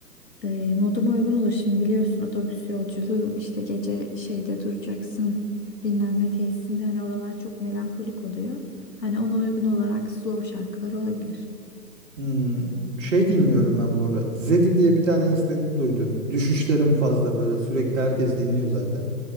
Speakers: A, on the left; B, on the right.
A: e, moduma uygun olur. Şimdi biliyorsun otobüs yolculuğu işte gece şeyde duracaksın. Dinlenme tesisinde hani oralar çok melankolik oluyor. Hani ona uygun olarak slow şarkılar olabilir.
B: Hmm, şey dinliyorum ben bu ara. Zedi diye bir tane Instagram'da duyduğumda. Düşüşlerim fazla böyle sürekli herkes dinliyor zaten.